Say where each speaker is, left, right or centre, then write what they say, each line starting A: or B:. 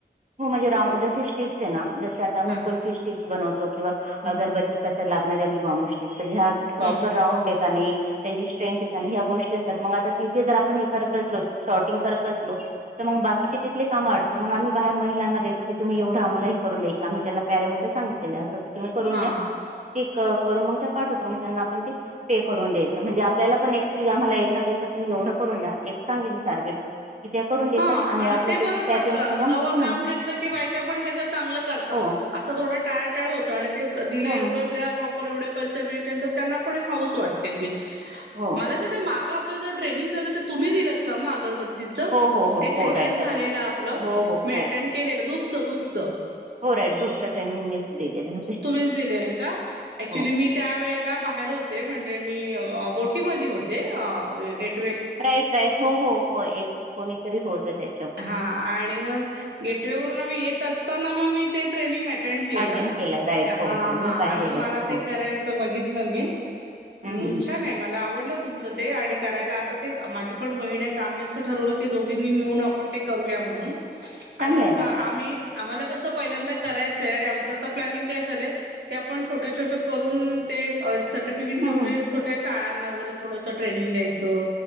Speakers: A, on the right; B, on the right.
A: हां. म्हणजे राउंड. जसे स्टेप्स आहे ना? जसे आता आम्ही
B: हा
A: कुल्फी- स्टिक्स बनवतो किंवा
B: ह
A: अगरबत्ती करता लागणारी आपली बांबू स्टिक. तर ह्या प्रॉपर
B: हम्म
A: राऊंड ए का नाही- त्यांची स्ट्रेंथ आहे का नाही. ह्या गोष्टी असतात. मग आता तिथे जर आपण हे करत बसलो. शॉर्टिंग करत बसलो- तर मग बाकीची तिथले काम आडतील. मग आम्ही बाहेर महिलांना देतो की तुम्ही एवढं आम्हाला हे करून देई- आम्ही त्यांना पॅरामीटर सांगितलेलय. अस असं तुम्ही करून
B: हा
A: द्या. ते करून मग त्या पाठवता. मग त्यांना- म्हणजेच. पे करून द्यायचं. म्हणजे आपल्याला पण एक की, आम्हाला एका दिवसात तुम्ही एवढं करून द्या. एक सांगितल टार्गेट. की त्या करून- देतात
B: हां. आणि
A: आपलं
B: ते बरं
A: पॅकिंगचं
B: पडतं. अंगावर
A: हं,
B: काम घेतलं की बायका पण कशा चांगलं करतात.
A: हो
B: अस थोडं टाळ टाळ होतं. आणि ते दिलं
A: हं.
B: एवढंच- पैसे भेटतील. तर त्यांना पण एक हाऊस वाटते ती.
A: हो.
B: मला- माग आपल जे ट्रेनिंग झालं. ते तुम्ही दिलत का मग अगरबत्-
A: हो. हो. हो.
B: सेशन
A: राईट
B: झालेलं
A: अगर
B: आपलं.
A: हो, हो,
B: मी अटेंड
A: हो.
B: केलेलं. धुपच धूपचं.
A: हो, राईट ग्रुपचं ट्रेनिंग मीच दिलेले होते.
B: तुम्हीच दिलेलं का? ॲक्च्युली
A: हो.
B: मी त्यावेेळेला बाहेर होते. म्हणजे मी बोटीमध्ये होते. Gate-
A: right right. हो हो. एक कोणीतरी होत त्या-
B: हां. आणि मग गेटवे वरून आम्ही येत असताना मग मी ते ट्रेनिंग- -टेंड केल.
A: अटेंड
B: हा.
A: केलं राईट. हो, हो.
B: हा.
A: मी
B: आणि
A: पाहिलेलं
B: मग मला
A: हो.
B: ते करायचं बघितलं मी.
A: हं,
B: हम्.
A: हं, हं.
B: छान आहे. मला आवडलं- तुमचं ते. आणि करायला आता तेच माझी पण बहीण आहे. त आम्ही असं ठरवल की - दोघींनी मिळून आपण ते करूया म्हणून
A: चांगलं
B: आणि मग
A: आहे ना.
B: आम्ही- आम्हाला कसं पहिल्यांदा करायचंय. आणि आमचं आता प्लॅनिंग काय झालंय? ते आपण छोटे छोट करून ते एक - सर्टिफिकेट
A: हं,
B: घेऊन
A: हं.
B: म ते छोट्या शाळांना वगैरे थोडसं ट्रेनींग द्यायचं.